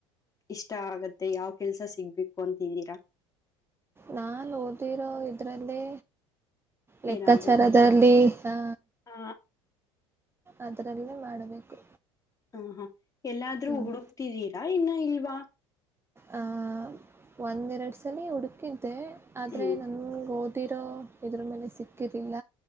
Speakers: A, on the left; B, on the right.
A: ಇಷ್ಟ ಆಗತ್ತೆ ಯಾವ್ ಕೆಲ್ಸ ಸಿಗ್ಬೇಕು ಅಂತಿದ್ದೀರಾ.
B: ನಾನ್ ಓದಿರೋ ಇದ್ರಲ್ಲಿ. ಲೆಕ್ಕಾಚಾರದಲ್ಲಿ
A: ಏನಾದ್ರು
B: ಹ್ಹ.
A: ಹ
B: ಅದ್ರಲ್ಲೇ ಮಾಡಬೇಕು.
A: ಹಾ ಹ ಎಲ್ಲಾದ್ರೂ
B: ಹ್ಮ್
A: ಹುಡಕ್ತಿದ್ದೀರಾ ಇನ್ನ ಇಲ್ವಾ.
B: ಆಹ ಒಂದ್ ಎರಡ ಸಲಿ ಹುಡುಕಿದ್ದೆ ಆದ್ರೆ
A: ಹ್ಮ್
B: ನನ್ಗ ಹೋದ್. ಹತ್ತಿರಾ ಇದ್ರ ಮೇಲೆ ಸಿಕ್ಕಿದಿಲ್ಲ.